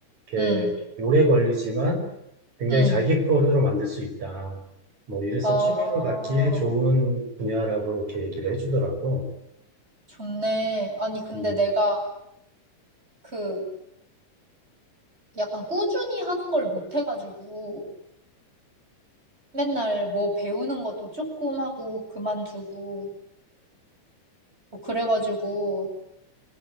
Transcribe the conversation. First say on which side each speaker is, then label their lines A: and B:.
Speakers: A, on the right; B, on the right.
A: 이렇게
B: 음,
A: 오래 걸리지만 굉장히
B: 음.
A: 자기 거로 만들 수 있다. 뭐 이래서
B: 아,
A: 취미로 갖기에 좋은 분야라고 이렇게 얘기를 해주더라고.
B: 좋네. 아니, 근데
A: 음.
B: 내가 그 약간 꾸준히 하는 걸 못 해가지고 맨날 뭐 배우는 것도 조금 하고 그만두고 뭐 그래가지고,